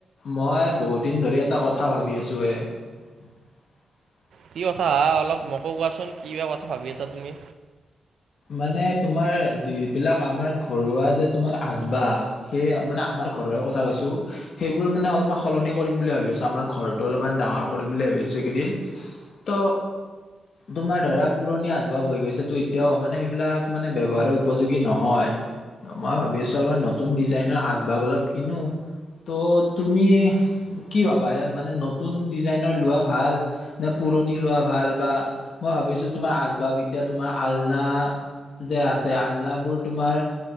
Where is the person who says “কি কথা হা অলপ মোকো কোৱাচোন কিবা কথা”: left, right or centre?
Right